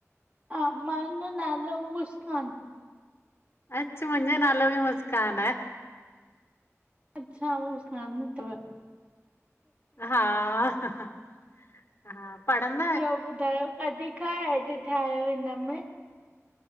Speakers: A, on the right (about 25°); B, on the left (about 50°).
A: हा मांॼो नालो मुस्कान।
B: अच्छ मुंज्जो नालो ॿि मुस्कान आए।
A: अच्छा, ओ सामने तव।
B: हा- हा, पढ़ंद
A: ॿियो ॿुधायो? कॾी खां ऐड थियायो हिनमें?